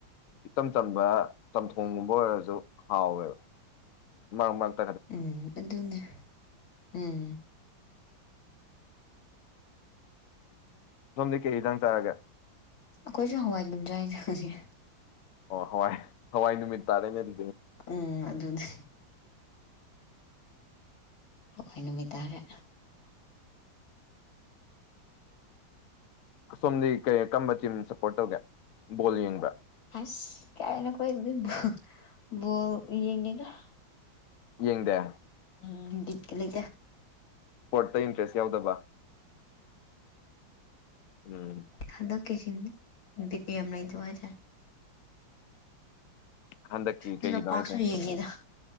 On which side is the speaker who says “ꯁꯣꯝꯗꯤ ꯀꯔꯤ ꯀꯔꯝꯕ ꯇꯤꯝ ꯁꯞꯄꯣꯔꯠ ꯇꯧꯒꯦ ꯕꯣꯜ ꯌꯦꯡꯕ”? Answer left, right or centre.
Left